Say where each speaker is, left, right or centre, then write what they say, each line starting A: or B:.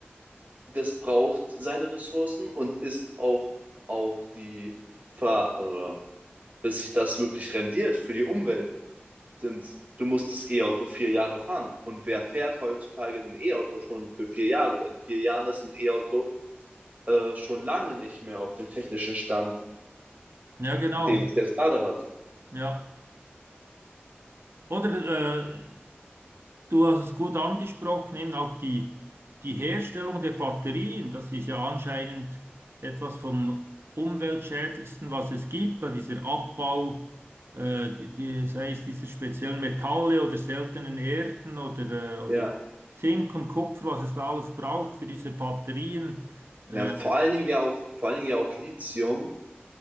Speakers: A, on the right; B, on the right.
A: das braucht seine Ressourcen und ist auch, auch die Ver, äh, bis sich das wirklich rendiert für die Umwelt, sind, du musst das E-Auto vier Jahre fahren. Und wer fährt heutzutage ein E-Auto schon für vier Jahre? In vier Jahren ist ein E-Auto äh, schon lange nicht mehr auf dem technischen Stand,
B: Ja, genau.
A: den es jetzt gerade hat.
B: Ja. Oder äh, Du hast es gut angesprochen, eben auch die, die Herstellung der Batterien, das ist ja anscheinend etwas vom umweltschädlichsten, was es gibt, da dieser Abbau, äh, die, die, sei es dieser speziellen Metalle oder seltenen Erden oder, äh, oder
A: Ja,
B: Zink und Kupfer, was es da alles braucht für diese Batterien. Äh,
A: ja, vor allen Dingen ja auch, vor allen Dingen ja auch Lithium,